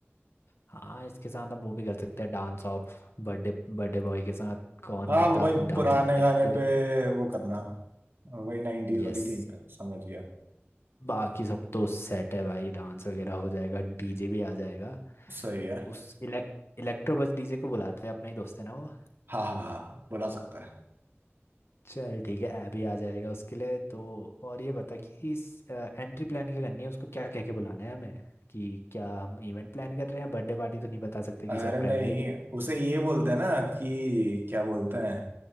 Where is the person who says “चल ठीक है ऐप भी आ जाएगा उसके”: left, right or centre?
Left